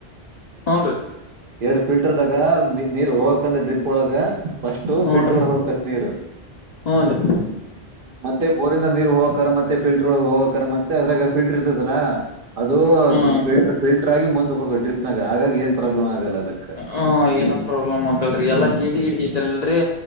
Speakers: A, on the left; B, on the right.
A: ಹೂನ ರೀ
B: ಎರಡು ಫಿಲ್ಟರ್ದಾಗ ನೀರ್ ಹೋಗಕಂದ್ರೆ ಡ್ರಿಪ್ ಒಳಗ ಫಸ್ಟ್
A: ಹೂನ್ರಿ
B: ಫಿಲ್ಟರ್ ಒಳಗ ಹೋಗ್ತತಿ ನೀರ
A: ಹೂನ್ರಿ
B: ಮತ್ತೆ ಬೋರಿಂದ ನೀರ್ ಹೋಗೋಕ ಮತ್ತೆ ಫಿಲ್ಟರ್ ಹೋಗೋಕ ಮತ್ತೆ ಅದ್ರಾಗ ಫಿಲ್ಟರ್ ಇರ್ತದಲ್ಲಾ ಅದು
A: ಹ್ಮ್
B: ಫಿಲ್ಟರ್ ಫಿಲ್ಟರ್ ಆಗಿ ಮುಂದಕ್ ಹೋಗಬೇಕು ಡ್ರಿಪ್ನಾಗ ಆಗಾಗಿ ಏನ್ ಪ್ರಾಬ್ಲಮ್ ಆಗಲ್ಲ ಅದಕ್ಕೆ
A: ಹ ಏನ ಪ್ರಾಬ್ಲಮ್ ಅಕ್ಕಲ್ರಿ ಎಲ್ಲಾ ಕೇಡಿ ಹಿಡ ತೈತಲ್ರರಿ